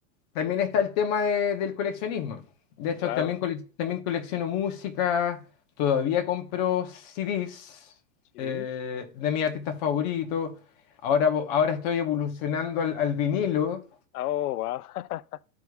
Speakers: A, on the left; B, on the left.
A: también está el tema de- del coleccionismo. De hecho,
B: claro.
A: también, colec- también colecciono música, todavía compro CDs
B: Chivis.
A: eh, de mis artistas favoritos. Ahora, vo- ahora estoy evolucionando al, al vinilo.
B: Oh, wow. <laughs>